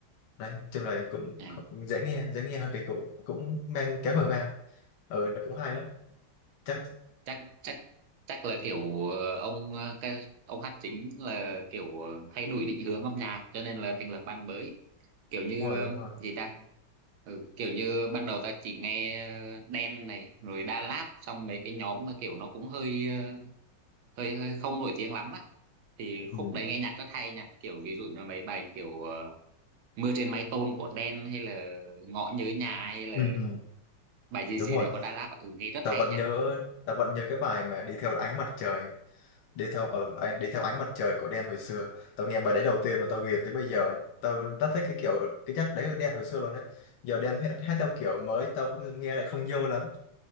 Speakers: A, on the left; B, on the right.
A: đấy nói chung là cũng
B: à,
A: kh- dễ nghe dễ nghe hơn cái cũ cũng mang cái hồi hoang ừ nó cũng hay lắm chắc
B: chắc chắc chắc là kiểu ờ, ông ờ, cái ông hát chính là kiểu ờ, thay đổi định hướng âm nhạc cho nên là thành lập ban mới kiểu như
A: Đúng rồi
B: ờ,
A: đúng rồi
B: gì ta ừ, kiểu như ban đầu tao chỉ nghe ờ, Đen này rồi Đà Lạt xong mấy cái nhóm mà kiểu nó cũng hơi ờ, hơi hơi không nổi tiếng lắm á thì
A: ừ.
B: khúc đấy nghe nhạc rất hay nha kiểu ví dụ như mấy bài kiểu ờ, Mưa trên mái tôn của Đen hay là Ngõ nhớ nhà hay là
A: Ừ, ừ.
B: bài gì
A: đúng
B: gì
A: rồi
B: đấy của Đà Lạt ừ, nghe rất
A: tớ
B: hay
A: vẫn
B: nha
A: nhớ tớ vẫn nhớ cái bài mà đi theo ánh mặt trời đi theo ở anh đi theo
B: ừ.
A: ánh mặt trời của Đen hồi xưa tao nghe bài đấy đầu tiên mà tao ghiền tới bây giờ tao rất thích cái kiểu cái chất đấy của Đen hồi xưa luôn đấy giờ Đen hát hát theo kiểu mới tao cũng nghe lại không vô lắm